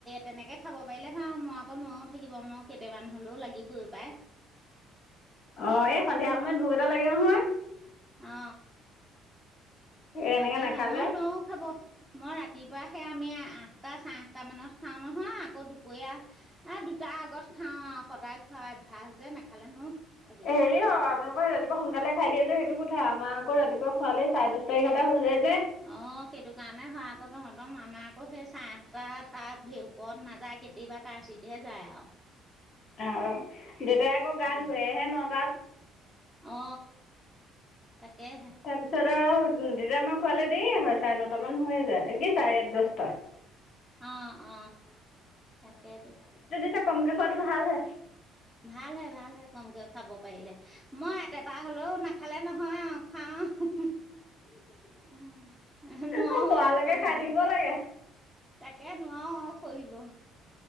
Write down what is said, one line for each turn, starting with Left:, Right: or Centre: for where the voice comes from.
Centre: তেনেকৈ খাব পাৰিলে ভাল, মই আকৌ নোৱাৰোও থাকিব, মই কেইটামান হ'লেও লাগিবই পায়।
Left: অ, এই সন্ধিয়া সময়ত ভোক এটা লাগে নহয়।
Centre: অ।
Left: এনেকে
Centre: লাগে,
Left: নাখালে
Centre: মই নোৱাৰোঁ খাব। মই ৰাতিপুৱা সেই আমি আঠটা-চাৰে আঠটা মানত খাও নহয়, আকৌ দুপ দুপৰীয়া এ দুটা আগত খাও আৰু, সদায় খুৱাই অভ্যাস যে নাখালে নোৱাৰোঁ।
Left: হেৰি <unintelligible> আপোনালোকে ৰাতিপুৱা সোনকালে খাই দিয়ে যে সেইটো কথা, আমাৰ আকৌ ৰাতিপুৱা খোৱালেই চাৰে দহ- এঘাৰটা বাজি যায় যে।
Centre: অ, সেইটো কাৰণে হয় আকৌ তহঁতৰ, আমাৰ আকৌ সেই চাৰে আঠটা তাত- ওপৰত নাযায়, কেতিয়াবা কাৰচিতহে যায় আৰু।
Left: অঁ, দেউতাই আকৌ গা
Centre: উম
Left: ধুৱেহে নটাত।
Centre: অ, তাকে হে।
Left: তাৰপিছত আৰু দেতাই মই খোৱালে দেৰিয়েই হয়, চাৰে নটামান হৈয়ে যায়, কি চাৰে দহটা।
Centre: অ, অ, তাকেতো।
Left: পিছে কমকে খোৱাটো ভাল হে।
Centre: ভাল হে, ভাল হে, কমকে খাব পাৰিলে। মই এবাৰ হ'লেও নাখালে নহয় আৰু, খাও। উম, নোৱাৰো
Left: অ পৰালৈকে
Centre: আৰু সহিব।
Left: খাই থাকিব লাগে
Centre: তাকে, নোৱাৰো আৰু সহিব।